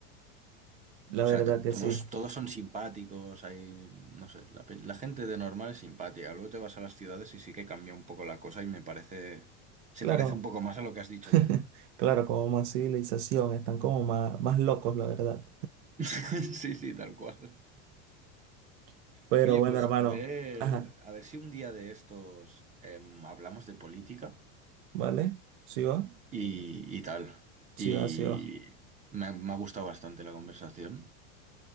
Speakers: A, on the right; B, on the right.
A: la
B: O
A: verdad
B: sea, te-
A: que
B: todos,
A: sí.
B: todos son simpáticos, hay, no sé, la, pe- la gente de normal es simpática. Luego te vas a las ciudades y sí que cambia un poco la cosa y me parece, se
A: Claro,
B: parece un poco más a lo que has dicho
A: <laughs>
B: tú.
A: claro, como más civilización, están como más, más locos, la verdad.
B: <laughs> Sí, sí, tal cual.
A: <laughs> Pero
B: Oye,
A: bueno,
B: pues
A: hermano,
B: a ver,
A: ajá,
B: a ver si un día de estos em, hablamos de política
A: ¿vale? ¿Sí va?
B: y, y tal. Y
A: Sí va, sí va.
B: me, ha- me ha gustado bastante la conversación,